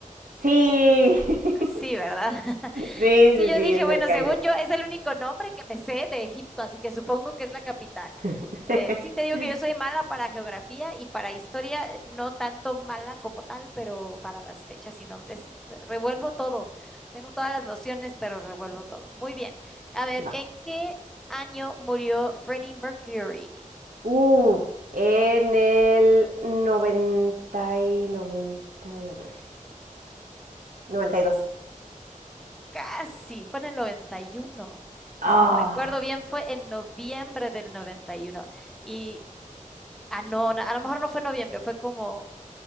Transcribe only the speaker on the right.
Sí. <laughs>
Sí,
sí,
sí,
es
el Cairo.
<laughs>
Va.
Uh, en el 90 y 90 y a ver, noventa y dos
Ah,